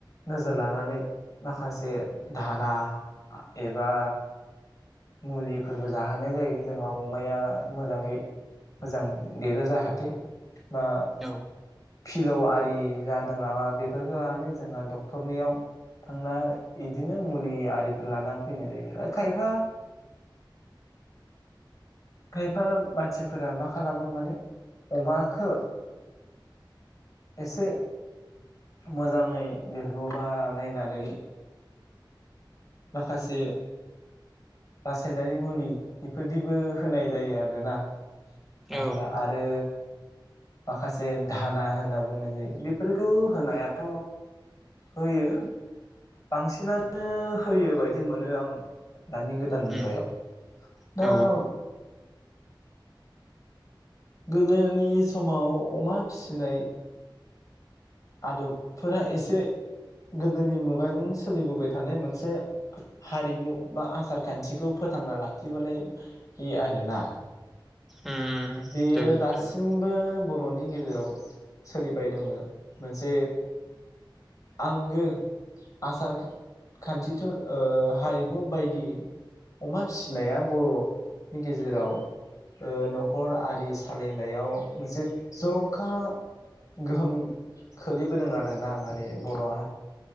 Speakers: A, on the left (about 40°); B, in the centre.
A: नोजोर लानानै माखासे धाना एबा मुलिफोरबो जाहोनाय जायो जोंहा अमाया मोजाङै मोजां देरो जाहाथे। बा
B: औ
A: फिलौ आय दि जादों नामा बेफोरखौ लानानै जोंहा डक्टरनियाव थांनाय इ बिदिनो मुलि आरि लाना फैनाय जायो आरो खायफा। खेब। फा मानसिफोरा मा खालामो माने अमाखो एसे मोजाङै देरगौबा नायनानै माखासे रासायनारि मुलि बेफोरदिबो होनाय जायो आरोना आइफा
B: औ
A: आरो माखासे धाना होनना बुंनाय जायो बेफोरखौ होनायाथ' होयो बांसिनानो होयो बायदि मोनो आङो। दानि गोदान
B: उम
A: मुगायाव दाउ
B: औ
A: गोदोनि समाव अमा फिनाय आदबफोरा एसे गोदोनि मुगाजों सोलिबोबाय थानाय मोनसे हारिमु बा आसार खान्थिखौ फोथांना लाखिबोनाय बे आरोना
B: उम
A: बेयो
B: जागोन
A: दासिमबो
B: जागोन
A: बर'नि गेजेराव सोलिबाय दोङो। मोनसे आंगो आसार खान्थिथ' ओ हारिमु बायदि अमा फिसिनाया बर'नि गेजेराव न'खर आरि सालायनायाव मोनसे जर'खा गोहोम खोलैबोदों आरोना माने बर'हा